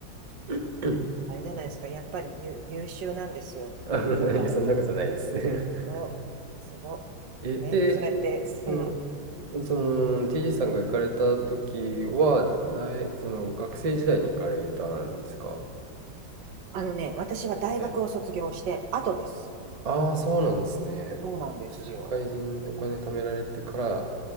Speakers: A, on the right; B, on the right.
A: <clears throat>
B: あれじゃないですか、やっぱり優、優秀なんですよ。
A: <laughs> あのいや、
B: おた、
A: そんなことないです。<laughs>
B: すご、すご。
A: え、
B: ね、
A: で、
B: そうやって、
A: そ
B: うん。
A: の、その、TG さんが行かれた時は、
B: うん
A: 大、その、学生時代に行かれたんですか
B: あのね、私は大学を卒業して後です。
A: はい。ああ、そうなんですね。
B: そうなんですよ。
A: じゃあ、社会人でお金貯められてから行